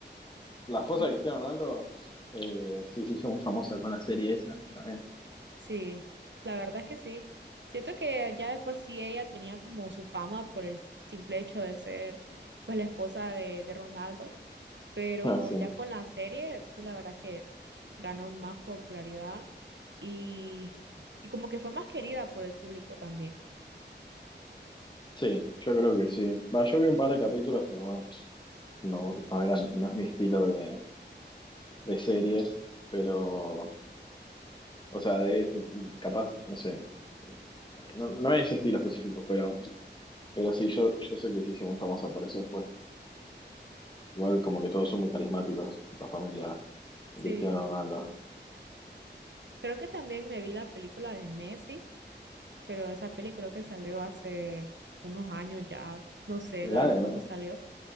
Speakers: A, on the left (about 25°); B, on the right (about 75°).
A: la esposa
B: y-
A: de Cristiano Ronaldo, eh, sí, se hizo muy famosa con la serie esa también.
B: sí, la verdad es que sí. Siento que ya de por sí ella tenía como su fama por el simple hecho de ser pues la esposa de, de Ronaldo, pero
A: Ah, sí.
B: ya con la serie sí la verdad que ganó más popularidad y, y como que fue más querida por el público también.
A: Sí, yo creo que sí. Va, yo vi un par de capítulos, pero bueno. No, no era mi, no es mi estilo de, de series, pero, o sea, de, capaz, no sé, no, no es ese estilo específico, pero, pero sí, yo, yo sé que se hizo muy famosa por eso después. Igual como que todos son muy carismáticos, la familia
B: Sí,
A: de Cristiano Ronaldo.
B: creo que también me vi la película de Messi, pero esa peli creo que salió hace unos años ya, no sé,
A: La
B: la verdad,
A: de Me-
B: cuándo salió.